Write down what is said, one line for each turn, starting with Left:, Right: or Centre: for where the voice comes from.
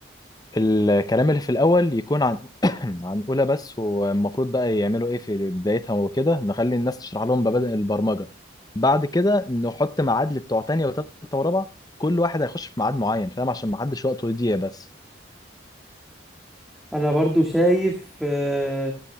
Left: الكلام اللي في الأول يكون عن <clears throat> عن أولى بس والمفروض بقى يعملوا إيه في بدايتها وكده نخلي الناس تشرح لهم مبادئ البرمجة بعد كده نحط ميعاد لبتوع تانية وتالتة ورابعة كل واحد هيخش في ميعاد معين فاهم عشان ما حدش وقته يضيع بس
Centre: انا برضو شايف آه،